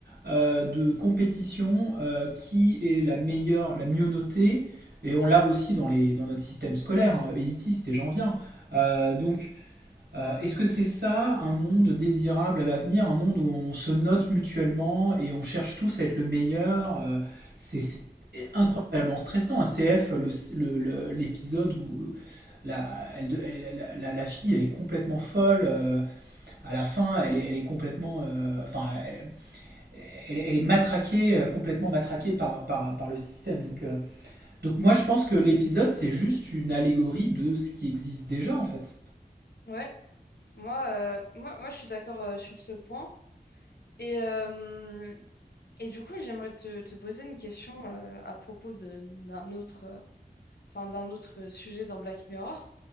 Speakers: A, on the right; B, on the left.
A: euh, de compétition, euh, qui est la meilleure, la mieux notée, et on l'a aussi dans, les, dans notre système scolaire, hein, élitiste, et j'en viens. Euh, donc, euh, est-ce que c'est ça un monde désirable à l'avenir, un monde où on se note mutuellement et on cherche tous à être le meilleur euh, C'est c'est incroyablement stressant. Un CF, le- le- le- l'épisode où la, elle de- elle- la- la- la fille, elle est complètement folle. euh, à la fin, elle est, elle est complètement, euh, enfin, elle, elle est- elle est matraquée, euh, complètement matraquée par, par, par le système. Donc, euh, donc moi je pense que l'épisode c'est juste une allégorie de ce qui existe déjà en fait.
B: Ouais, moi, euh, moi, moi, je suis d'accord euh, sur ce point. Et. euh, Et du coup, j'aimerais te, te poser une question euh, à propos de- d'un autre, euh, enfin, d'un autre sujet dans Black Mirror.